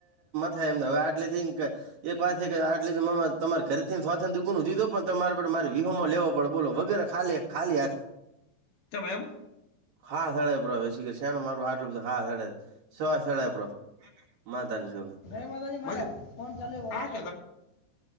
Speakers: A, on the right; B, on the left.
A: થાય એમને હવે આટલે થઈ ને કે એક વાત છે કે આટલે તમારે ઘરે થીથને દુકનું દીધું પણ તમારેર મારે વિહો માં લેવો પડે બોલો વગે ખાલે ખાલી હાથ
B: કમેમ
A: હા હડે કર શેનો માર આટલું બધું હાક હડે શવા શળપ્રો માનતા ની છોકરી
B: જય માતાજી મહારાજ કોણ ચાલે